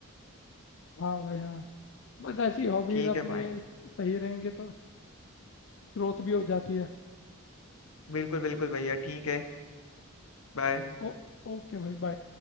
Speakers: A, on the left; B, on the left.
A: हाँ भाई हाँ बस ऐसी हॉबीज
B: ठीक
A: अपनी
B: है भाई
A: सही रहेंगे तो ग्रोथ भी हो जाती है
B: बिल्कुल बिल्कुल भैया ठीक है बाय
A: ओ ओके भाई बाय